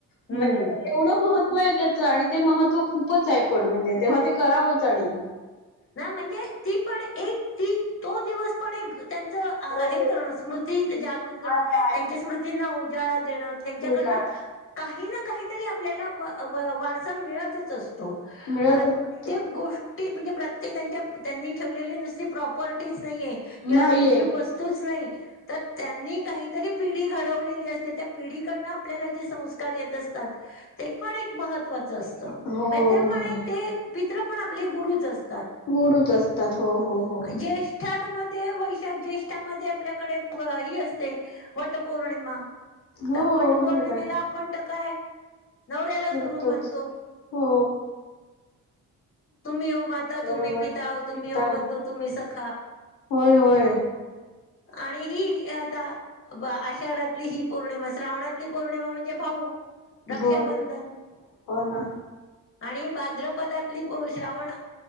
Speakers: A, on the left; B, on the left.
A: म्हणजे
B: हम्म
A: एवढं महत्त्व आहे त्याच आणि ते महत्त्व खूपच आहे पण म्हणजे तेव्हा ते करावंच आणि
B: ना म्हणजे ती पण एक ती तो दिवस पण एक त्यांचं अ
A: होय,
B: हे करणं स्मृती जागृत करणं,
A: हां, ते आहे.
B: त्यांच्या स्मृतींना उजाळा देणं त्यांच्याकडनं
A: उजाळा
B: काही ना काहीतरी आपल्याला व, व वारसा मिळतच असतो.
A: मिळतच
B: प्रत
A: असतो.
B: त्येक गोष्टी म्हणजे प्रत्येक त्यांच्या त्यांनी ठेवलेले नुसते प्रॉपर्टीच नाहीये. किंवा
A: नाहीये.
B: निर्जीव वस्तूच नाही. तर त्यांनी काहीतरी पिढी घडवलेली असते, त्या पिढीकडन आपल्याला जे संस्कार येत असतात. ते पण एक महत्वाचं अस ते
A: होय,
B: पण
A: होय.
B: एक ते पित्र पण आपले गुरुच असतात.
A: गुरुच असतात हो हो. हो.
B: ज्येष्ठां मध्ये वैशाख ज्येष्ठामध्ये आपल्याकडे ही असते. वटपौर्णिमा
A: हो,
B: तर वटपौर्णिमेला
A: म्हणजे काय
B: आपण त काय. नवऱ्यालाच
A: करतोच
B: गुरु म्हणतो
A: हो.
B: तुम्ही हो माता
A: बरोबर.
B: तुम्ही पिता हो, तुम्ही
A: पिता
B: हो बंधू तुम्ही सखा.
A: होय होय.
B: आणि हि आता. बा आषाढातली ही पौर्णिमा श्रावणातली पौर्णिमा म्हणजे भाऊ. रक्षाबंधन.
A: होय, हो ना.
B: आणि भाद्रपदातली प श्रावण